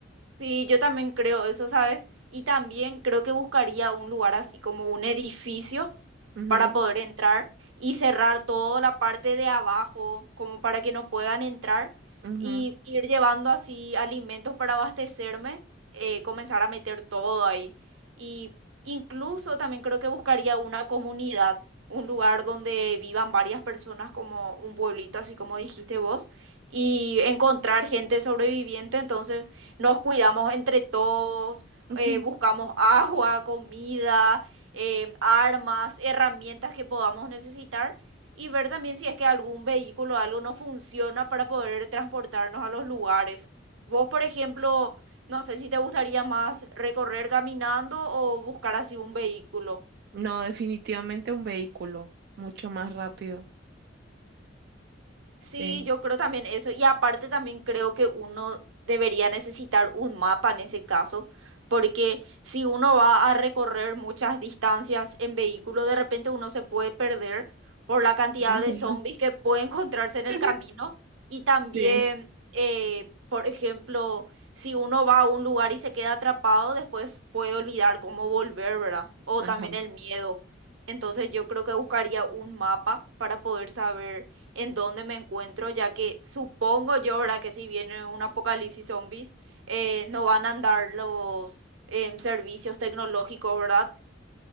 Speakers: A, on the right; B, on the right.
A: Sí, yo también creo eso, ¿sabes? Y también creo que buscaría un lugar así como un edificio
B: Ujú,
A: para poder entrar y cerrar toda la parte de abajo, como para que no puedan entrar
B: ujú,
A: y ir llevando así alimentos para abastecerme, eh, comenzar a meter todo ahí. Y incluso también creo que buscaría una comunidad, un lugar donde vivan varias personas como un pueblito, así como dijiste vos, y encontrar gente sobreviviente, entonces nos cuidamos entre todos,
B: <laughs> ujú.
A: eh, buscamos agua, comida, em, armas, herramientas que podamos necesitar y ver también si es que algún vehículo o algo no funciona para poder transportarnos a los lugares. Vos, por ejemplo, no sé si te gustaría más recorrer caminando o buscar así un vehículo.
B: No, definitivamente un vehículo, mucho más rápido.
A: Sí,
B: Sí.
A: yo creo también eso. Y aparte también creo que uno debería necesitar un mapa en ese caso, porque si uno va a recorrer muchas distancias en vehículo, de repente uno se puede perder por la cantidad
B: Ujú.
A: de zombies que puede <laughs> encontrarse en el camino.
B: <laughs>
A: Y también,
B: Sí.
A: eh, por ejemplo, si uno va a un lugar y se queda atrapado, después puede olvidar cómo volver, ¿verdad? O
B: Ajá.
A: también el miedo. Entonces yo creo que buscaría un mapa para poder saber en dónde me encuentro, ya que supongo yo, ¿verdad? Que si viene un apocalipsis zombies, eh, no van a andar los em, servicios tecnológicos, ¿verdad?